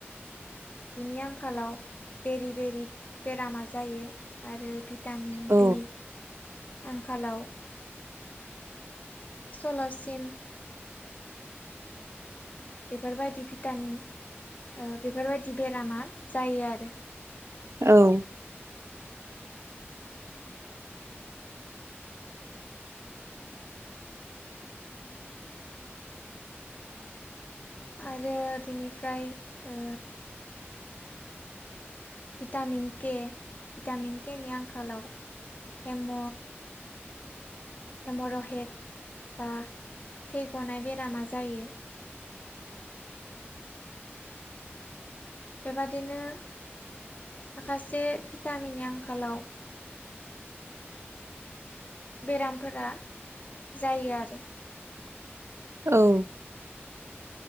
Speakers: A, on the left (about 35°); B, on the right (about 85°).
A: बिनि आंखालाव बेरे बेरि बेरामा जायो आरो भिटामिन
B: औ
A: बि आंखालाव सल'सिम बेफोरबायदि भिटामिन बेफोरबायदि बेरामा जायो आरो
B: औ
A: आरो बेनिफ्राय ओ भिटामिन के भिटामिन केनि आंखालाव हेम' हेमरहेक बा थै गनाय बेरामा जायो बेबादिनो माखासे भिटामिननि आंखालाव बेरामफोरा जायो आरो
B: औ